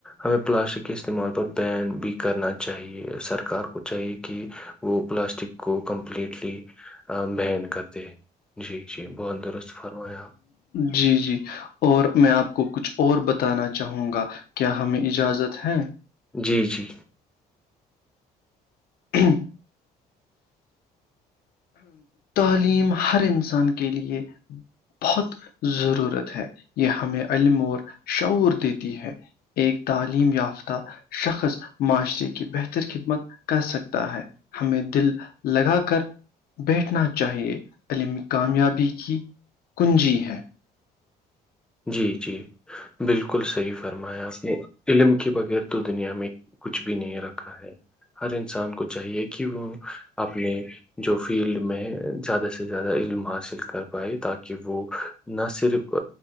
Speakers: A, in the centre; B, on the left.
A: ہمیں پلاسٹک کے استعمال پر بین بھی کرنا چاہیے سرکار کو چاہیے کہ وہ پلاسٹک کو کمپلیٹلی مہن کرتے جی جی بہت درست فرمایا آپ
B: جی جی اور میں آپ کو کچھ اور بتانا چاہوں گا کیا ہمیں اجازت ہے
A: جی جی
B: <inaudible> تعلیم ہر انسان کے لیے بہت ضرورت ہے یہ ہمیں علم اور شعور دیتی ہے ایک تعلیم یافتہ شخص معاشرے کی بہتر خدمت کر سکتا ہے ہمیں دل لگا کر بیٹھنا چاہیے علمی کامیابی کی کنجی ہے
A: جی جی بالکل صحیح فرمایا آپ نے علم کے بغیر تو دنیا میں کچھ بھی نہیں رکھا ہے ہر انسان کو چاہیے کہ وہ اپنے جو فیلڈ میں زیادہ سے زیادہ علم حاصل کر پائے تاکہ وہ نہ صرف